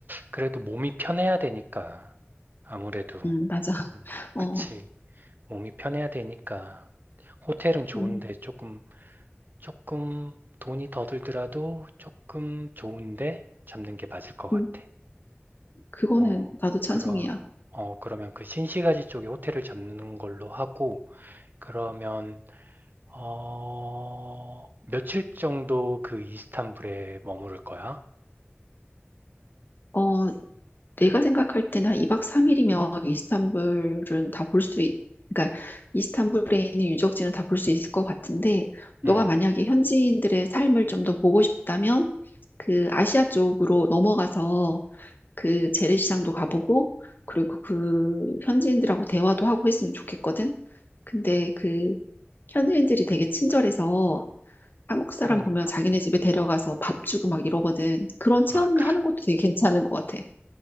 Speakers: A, on the right; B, on the left.
A: 그래도 몸이 편해야 되니까 아무래도
B: 음, 맞아.
A: 음,
B: 어,
A: 그치. 몸이 편해야 되니까 호텔은 좋은데
B: 음,
A: 조금 조금 돈이 더 들더라도 조금 좋은데 잡는 게 맞을 것 같아.
B: 음, 그거는
A: 어,
B: 나도 찬성이야.
A: 그러, 어, 그러면 그 신시가지 쪽에 호텔을 잡는 걸로 하고 그러면 어, 며칠 정도 그 이스탄불에 머무를 거야?
B: 어, 내가 생각할 때는 한 2박 3일이면 이스탄불은 다 볼 수, 있, 그러니까 이스탄불에 있는 유적지는 다 볼 수 있을 것 같은데, 너가
A: 음,
B: 만약에 현지인들의 삶을 좀 더 보고 싶다면, 그 아시아 쪽으로 넘어가서 그 재래시장도 가보고, 그리고 그 현지인들하고 대화도 하고 했으면 좋겠거든? 근데 그 현지인들이 되게 친절해서 한국 사람
A: 그러니까.
B: 보면 자기네 집에 데려가서 밥 주고 막 이러거든. 그런 체험도
A: 아, 그래.
B: 하는 것도 되게 괜찮은 것 같아.